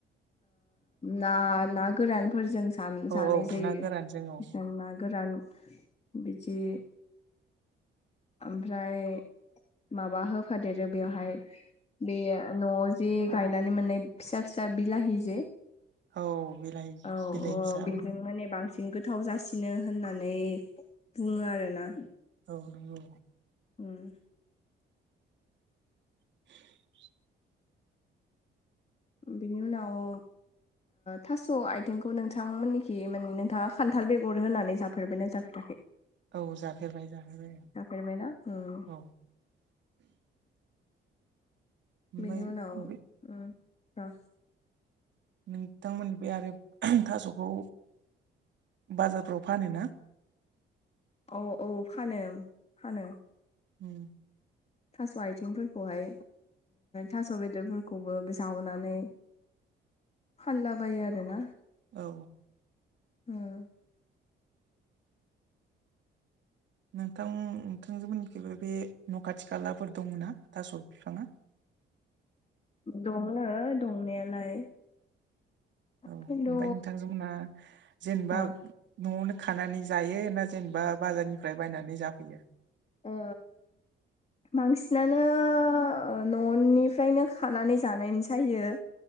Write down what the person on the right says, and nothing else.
औ
औ
ना गोरानजों औ
औ बिलाइ
बिलाइ
फिसा
औ नंगौ।
<inaudible>
औ जाफेरबाय जाफेरबाय
औ। ओमफ्राय
बे
नोंथांमोन बे आरो थास'खौ बाजारफ्राव फानो ना।
उम।
औ।
नोंथां नोंथांजों मोननिथिंबो बे न' खाथि खालाफोराव दंङ ना थास' बिफांङा।
औ ओमफ्राय
नोंथांजोंमोनहा जेनेबा
न'आवनो खानानै जायो ना जेनेबा बाजारनिफ्राय बायनानै जाफैयो।